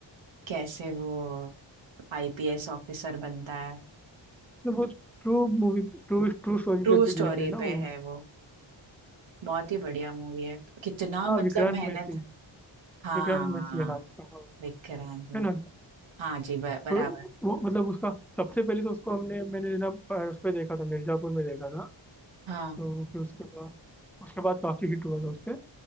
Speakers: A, on the right; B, in the centre.
A: कैसे वो आईपीएस ऑफिसर बनता है
B: वो true movie true true story
A: ट्रू
B: पे
A: स्टोरी
B: बेस्ड है ना
A: पे
B: वो
A: है वो बहुत ही बढ़िया मूवी है कितना
B: हाँ
A: मतलब
B: विक्रांत
A: मेहनत
B: मैसी
A: हाँ
B: विक्रांत मैसी है नाम उसका हाँ
A: विक्रांत में
B: है ना
A: हाँ जी ब, बराबर
B: वो, वो मतलब उसका सबसे पहले तो उसको हमने मैंने ना अ, उस पे देखा था मिर्जापुर में देखा था
A: हाँ
B: तो फिर उसके बाद उसके बाद काफी हिट हुआ था उससे